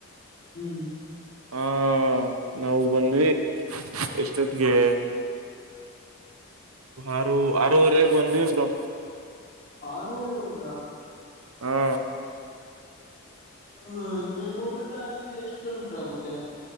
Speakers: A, on the left; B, on the right.
A: ಹ್ಮ್
B: ಹಾ ನಾವವು ಬಂದ್ವಿ ಎಷ್ಟೊತ್ತಿಗೆ ಆರು ಆರೂವರೆಗೆ ಬಂದಿವಿ ಬ್ರೋ
A: ಆರುವರೆ ಹೋದ್ರ
B: ಹಾ
A: ಹ ನಿಮ್ಮೂರಿಂದ ಅಲ್ಲಿಗೆ ಎಷ್ಟ್ ಕಿಲೋಮೀಟರ್ ಹಾಗುತ್ತೆ